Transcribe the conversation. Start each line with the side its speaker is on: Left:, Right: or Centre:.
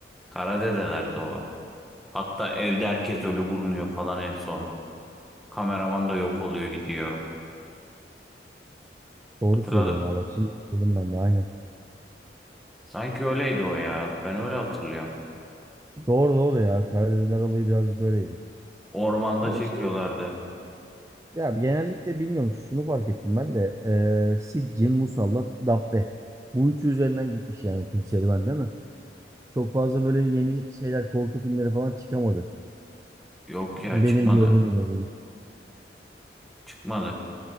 Centre: Kara de o. Hatta evde herkes ölü bulunuyor falan en son. Kameraman da yok oluyor gidiyor.
Right: Doğru
Centre: Hatırladım.
Right: söylüyorsun ha bak şimdi söyledim ben de aynen.
Centre: Sanki öyleydi o ya. Ben öyle hatırlıyorum.
Right: Doğru doğru ya. Kara Deliler olayı birazcık öyleydi.
Centre: Ormanda
Right: Ama
Centre: çekiyorlardı.
Right: şey ya genellikle bilmiyorum şunu fark ettim ben de. E, Sidci, Musallat, Dabbe. Bu üçü üzerinden gitmiş yani tüm serüven değil mi? Çok fazla böyle yeni şeyler korku filmleri falan çıkamadı.
Centre: Yok ya
Right: Benim
Centre: çıkmadı.
Right: gördüğüm en azından.
Centre: Çıkmadı.